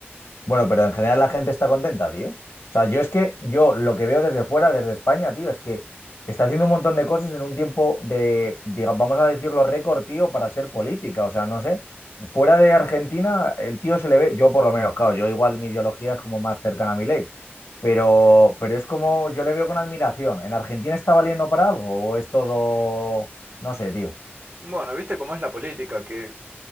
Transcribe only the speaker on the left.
Bueno, pero en general la gente está contenta, tío. O sea, yo es que yo lo que veo desde fuera, desde España, tío, es que está haciendo un montón de cosas en un tiempo de, diga- vamos a decirlo, récord, tío, para ser política. O sea, no sé. Fuera de Argentina, el tío se le ve, yo por lo menos, claro, yo igual mi ideología es como más cercana a mi ley. Pero, pero es como yo le veo con admiración. ¿En Argentina está valiendo para algo o es todo, no sé, tío?